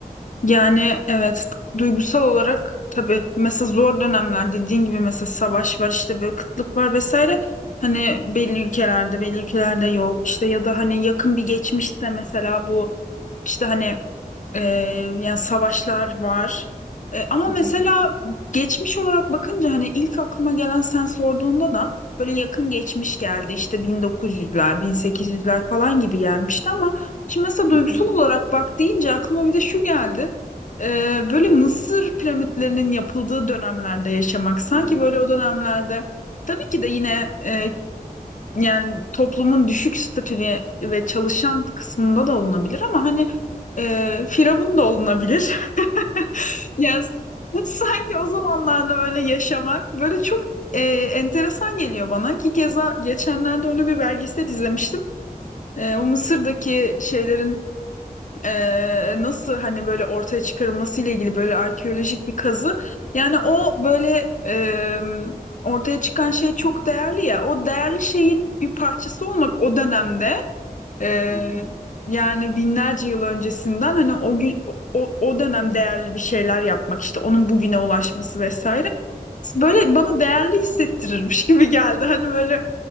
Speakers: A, on the left; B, in the centre.
A: Yani evet duygusal olarak tabii mesela zor dönemler dediğin gibi mesela savaş var işte böyle kıtlık var vesaire hani belli ülkelerde belli ülkelerde yok işte ya da hani yakın bir geçmişte mesela bu işte hani ee, yani savaşlar var. Ee, ama
B: Hı
A: mesela
B: hı,
A: geçmiş olarak bakınca hani ilk aklıma gelen sen sorduğunda da böyle yakın geçmiş geldi. İşte 1900'ler, 1800'ler falan gibi gelmişti ama şimdi mesela duygusal
B: hı hı,
A: olarak bak deyince aklıma bir de şu geldi. Ee, böyle Mısır piramitlerinin yapıldığı dönemlerde yaşamak sanki
B: hı
A: böyle o dönemlerde tabii ki de yine e, yani toplumun düşük statülü ve çalışan kısmında da olunabilir ama hani e, firavun da olunabilir. <laughs> Yani sanki o zamanlarda böyle yaşamak böyle çok e, enteresan geliyor bana ki keza geçenlerde öyle bir belgesel izlemiştim. E, o Mısır'daki şeylerin e, nasıl hani böyle ortaya çıkarılması ile ilgili böyle arkeolojik bir kazı. Yani o böyle e, ortaya çıkan şey çok
B: hı,
A: değerli ya. O değerli şeyin bir parçası olmak o dönemde e,
B: hı hı.
A: yani binlerce yıl öncesinden hani o gün o, o dönem değerli bir şeyler yapmak işte onun bugüne ulaşması vesaire. Böyle bana değerli hissettirirmiş gibi geldi. Hani böyle